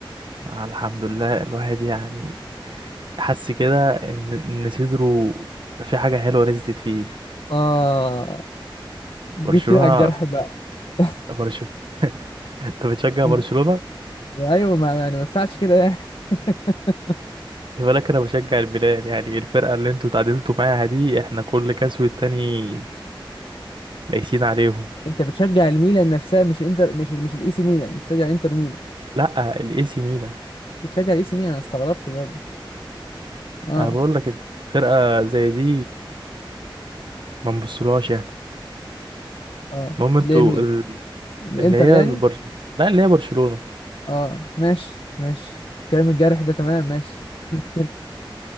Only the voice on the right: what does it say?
آه الحمد لله الواحد يعني حس كده ان ان صدره في حاجه حلوه نزلت فيه
برشلونه
برشلونه <laughs> انت بتشجع
برشلونه
خلي بالك انا بشجع الميلان يعني الفرقه اللي انتوا تعادلتوا معاها دي احنا كل كاس والتاني قايسين عليهم
لا الاي سي ميلان
انا بقول لك فرقه زي دي ما نبصلهاش احنا
المهم انتوا
ال-
اللي هي
البرش لا اللي هي برشلونه